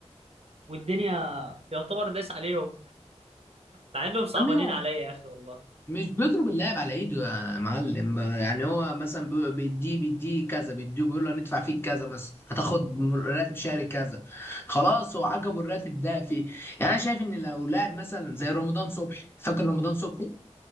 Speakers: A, on the right; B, on the left.
A: والدنيا يعتبر داس عليهم مع انهم صعبانين
B: عمي
A: عليا يا اخي والله
B: مش بيضرب اللاعب على ايده يا معلم يعني هو مثلا بي- بيديه بيديه كذا بيديه بيقول له هندفع فيك كذا مثلا هتاخد راتب شهري كذا خلاص هو عجبه الراتب ده فيه يعني انا شايف ان لو لاعب مثلا زي رمضان صبحي فاكر رمضان صبحي